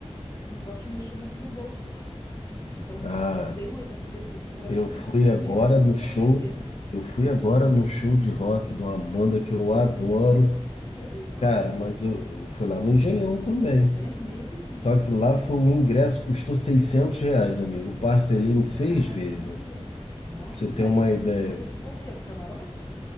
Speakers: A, on the left; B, on the left.
A: não gosto de mexer muito no bolso, não. Então,
B: Ah,
A: quando tem um evento desses assim gratuito,
B: eu fui agora
A: eu é que
B: no
A: não vou
B: show.
A: perder.
B: Eu fui agora no show de rock de uma banda que eu adoro.
A: É mesmo? Aonde?
B: Cara, mas eu, eu fui lá no Engenhão também.
A: É mesmo?
B: Só que lá foi o ingresso, custou 600 reais, amigo. Eu Parcelei em seis
A: Caramba!
B: vezes.
A: Nossa,
B: Pra você ter
A: mas
B: uma ideia.
A: você ficou o quê? No camarote?